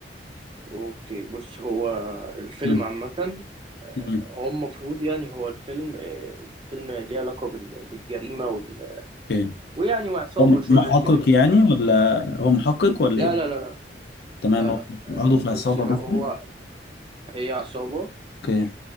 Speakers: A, on the right; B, on the left.
A: اوكي بص هو الفيلم
B: مم.
A: عامة آه،
B: مم.
A: هو المفروض يعني هو الفيلم آه، فيلم ليه علاقة بال- بالجريمة وال...
B: اوكي
A: ويعني وعصابة
B: هو م-
A: شوية
B: محقق
A: كده يعني
B: يعني
A: فاهم
B: ولا هو محقق ولا
A: لا
B: ايه
A: لا مم. لا لا
B: تمام
A: لا
B: هو
A: لا آه،
B: عضو في عصابة
A: بص هو
B: مثلا
A: هو- هي عصابة
B: اوكي